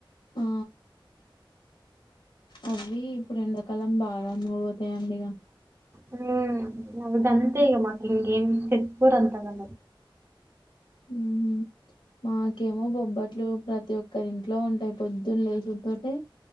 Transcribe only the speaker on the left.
ఆ అవి ఇప్పుడు ఎండాకాలం బాగా మూవ్ అయితాయండి ఇక
ఊ హూ మాకేమో బొబ్బట్లు ప్రతి ఒక్కరి ఇంట్లో ఉంటాయి పొద్దున్న లేచుడతోటే